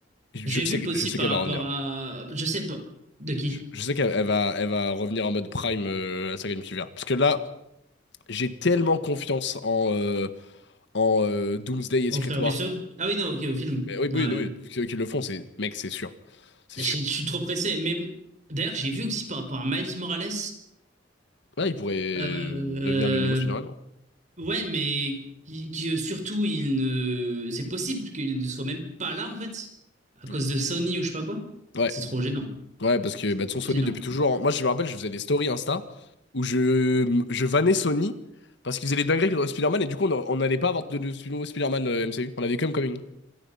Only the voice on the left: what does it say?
je
sais, que-
je sais
qu'elle
va revenir.
Je, je sais qu'elle elle va, elle va revenir en mode prime, euh, la saga du multivers. Parce que là, j'ai tellement confiance en, euh, en euh, Doomsday et
Secret
War.
Mais
oui,
oui, oui, vu que- qu'ils le font, c'est, mec, c'est sûr. C'est
sûr.
Ouais, il pourrait euh,
devenir le nouveau Spider-Man.
Oui.
Ouais.
Ouais, parce que
bah, de son
Sony
depuis toujours. Moi, je me rappelle, je faisais des stories Insta où je, je vannais Sony parce qu'ils faisaient des dingueries dans Spider-Man et du coup, on on n'allait pas avoir de de nouveau Spider-Man euh, MCU. On avait comme Coming.